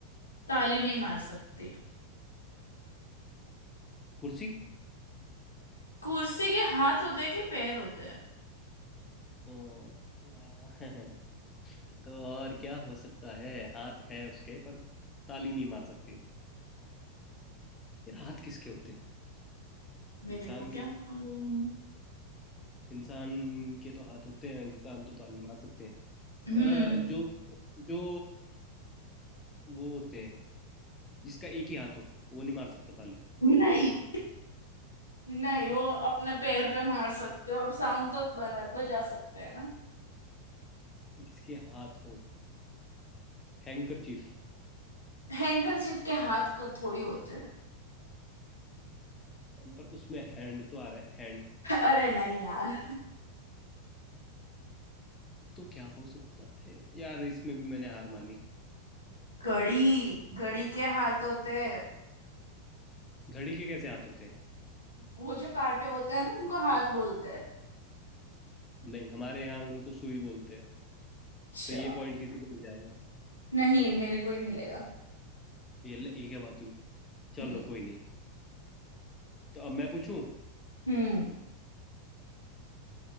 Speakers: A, on the left; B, on the left.
A: ताली नहीं मार सकती
B: कुर्सी
A: कुर्सी के हाथ होते हैं कि पैर होते हैं
B: अ, या <laughs> तो और क्या हो सकता है हाथ है उसके पर ताली नहीं मार सकती यार हाथ किसके होते हैं
A: मेरे
B: इंसान
A: को क्या
B: के
A: मालूम
B: इंसान के तो हाथ होते हैं इंसान तो ताली मार सकते हैं
A: हम्म
B: अ, जो जो वो होते हैं जिसका एक ही हाथ हो वो नहीं मार सकता ताली
A: नहीं नहीं
B: नहीं
A: वो अपने पैर पे मार सकते हैं और साउंड तो बना बजा सकते हैं ना
B: जिसके हाथ हो हैंकरचीफ
A: हैंकरचीफ के हाथ को थोड़ी होते हैं
B: पर उसमें हैंड तो आ रहा है हैंड
A: <laughs> अरे नहीं यार
B: तो क्या हो सकता है यार इसमें भी मैंने हार मानी
A: घड़ी घड़ी के हाथ होते हैं
B: घड़ी के कैसे हाथ होते हैं
A: वो जो कांटे होते हैं ना उनको हाथ बोलते हैं
B: नहीं हमारे यहाँ उनको सुई बोलते हैं
A: अच्छा
B: तो ये पॉइंट किसी को मिल जाएगा
A: नहीं मेरे को ही मिलेगा
B: ये ले- ये क्या बात हुई चलो
A: हम्म
B: कोई नहीं तो अब मैं पूछूं
A: हम्म